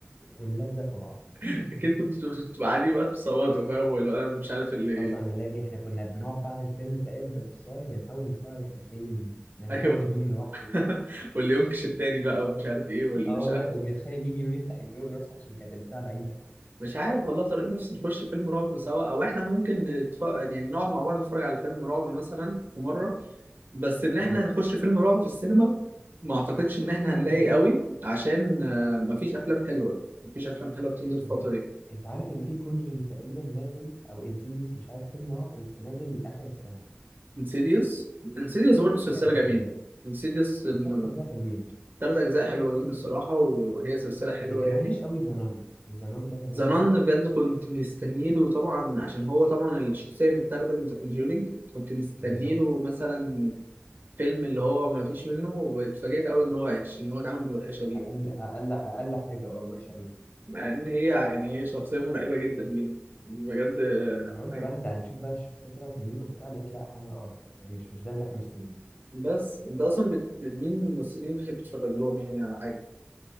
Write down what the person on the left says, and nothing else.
ونلزق في بعض
<laughs>
قسما بالله يا ابني احنا كنا بنقعد بعد الفيلم تقريبا بنصاية بنحاول نستوعب احنا فين ان
محدش بيقوم لوحده
<laughs>
اه
والله
وبنتخانق مين يقوم يفتح النور مثلا عشان كانت البتاع بعيدة
اه
<laughs>
بالظبط
انت عارف ان في كونجرينج تقريبا نازل او انسيديوس مش عارف فيلم رعب بس نازل لاخر السنه
تقريبا
التلات اجزاء حلوين
اللي كان
وحش قوي زنان زنان ده كان وحش
قوي
بالظبط
اقل
اقل اقل حاجه اه وحشه قوي
انا قلت
بقى انت هنشوف بقى الشخصيه طلعت منين وبتاع لقيت لا حاجه قرف يعني مش مش ده اللي احنا مستنيينه